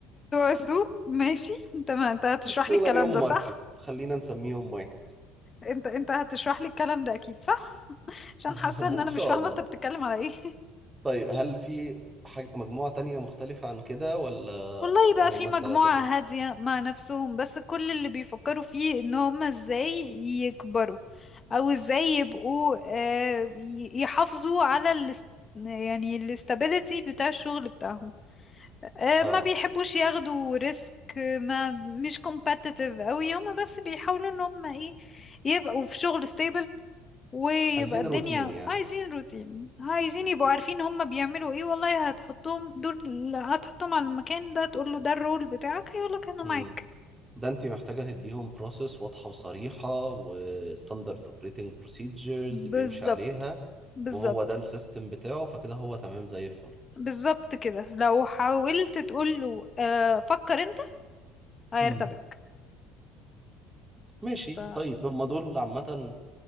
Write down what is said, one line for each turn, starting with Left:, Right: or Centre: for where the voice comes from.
Left: السوق ماشي <laughs> انت ما انت هتشرح
Right: <laughs> دول
Left: لي الكلام
Right: عليهم
Left: ده
Right: ماركت
Left: صح
Right: خلينا نسميهم ماركت
Left: انت انت هتشرح لي الكلام ده اكيد صح عشان
Right: <laughs>
Left: حاسه ان
Right: ان
Left: انا
Right: شاء
Left: مش فاهمه
Right: الله
Left: انت بتتكلم على ايه <laughs>
Right: طيب هل في حاجة مجموعة تانية مختلفة عن كده ولا
Left: والله
Right: آه،
Left: بقى
Right: هم
Left: في مجموعة
Right: التلاتة دول
Left: هادية مع نفسهم بس كل اللي بيفكروا فيه ان هم ازاي يكبروا او ازاي يبقوا آه، ي- يحافظوا على الاست... يعني الاستابيليتي بتاع الشغل بتاعهم آه،
Right: اه
Left: ما بيحبوش ياخدوا ريسك ما مش competitive قوي هم بس بيحاولوا ان هم ايه يبقوا في شغل stable ويبقى
Right: عايزين
Left: الدنيا
Right: روتين يعني
Left: عايزين روتين عايزين يبقوا عارفين هما بيعملوا ايه والله هتحطهم دول هتحطهم على المكان ده تقول له ده الرول بتاعك هيقولك انا معاك
Right: امم ده انت محتاجة تديهم بروسيس واضحة وصريحة وستاندرد اوبريتنج بروسيجرز بيمشي
Left: بالظبط
Right: عليها
Left: بالظبط
Right: وهو ده السيستم بتاعه فكده هو تمام زي الفل
Left: بالظبط كده لو حاولت تقول له آه فكر انت هيرتبك
Right: امم ماشي
Left: ف
Right: طيب هم دول عامة